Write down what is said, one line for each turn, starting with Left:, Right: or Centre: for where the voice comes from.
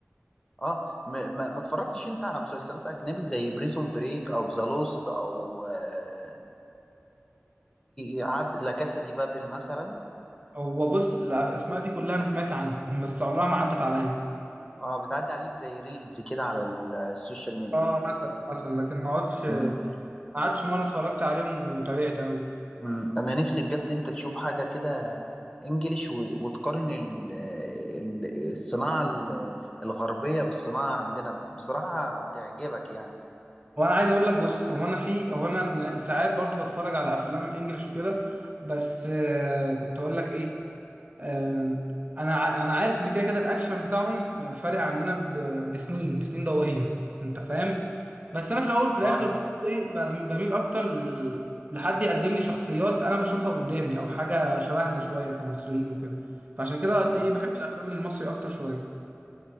Left: اه م- ما ما اتفرجتش انت على مسلسلات اجنبي زي بريزون بريك او ذا لوست او آه، يعد لا كاسا دي بابل مثلا
Right: هو بص الاسماء دي كلها انا سمعت عنها <laughs> بس عمرها ما عدت عليا
Left: اه بتعدي عليك زي ريلز كده على ال- السوشيال ميديا
Right: اه مثلا مثلا لكن ما اقعدش ما
Left: مم.
Right: قعدتش مره اتفرجت عليهم وتابعت قوي
Left: مم. انا نفسي بجد انت تشوف حاجه كده انجليش و- وتقارن ال- ال- الصناعه ال- الغربيه بالصناعه عندنا بصراحه تعجبك يعني
Right: هو انا عايز اقول لك بص هو انا في هو انا ساعات برضو بتفرج على افلام انجلش وكده بس آه، كنت اقول لك ايه آم، انا ع- انا عارف ان كده كده الاكشن بتاعهم فارق عننا ب- بسنين بسنين ضوئيه <laughs> انت فاهم بس انا في الاول وفي الاخر
Left: اه
Right: برضه ايه ب- بميل اكتر ل- لحد يقدم لي شخصيات انا بشوفها قدامي او حاجه شبهنا شويه كمصريين وكده فعشان كده هتلاقيني
Left: مم.
Right: بحب الافلام المصري اكتر شويه